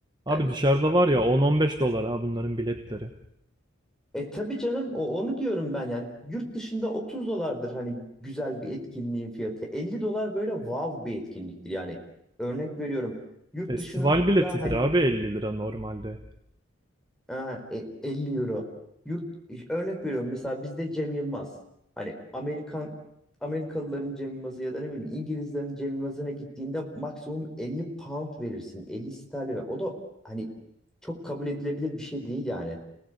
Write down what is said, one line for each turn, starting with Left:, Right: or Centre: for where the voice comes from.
Right: Abi
Centre: Yani
Right: dışarıda var ya 10-15 dolar ha bunların biletleri.
Centre: e tabii canım o onu diyorum ben yani yurt dışında 30 dolardır hani güzel bir etkinliğin fiyatı. 50 dolar böyle wow bir etkinliktir yani. Örnek veriyorum. Yurt
Right: Festival
Centre: dışında
Right: biletidir
Centre: hani
Right: abi 50 lira normalde.
Centre: Ha, e- 50 euro. Yurt örnek veriyorum mesela bizde Cem Yılmaz. Hani Amerikan Amerikalıların Cem Yılmaz'ı ya da ne bileyim İngilizlerin Cem Yılmaz'ına gittiğinde maksimum 50 pound verirsin. 50 sterlin. O da hani çok kabul edilebilir bir şey değil yani.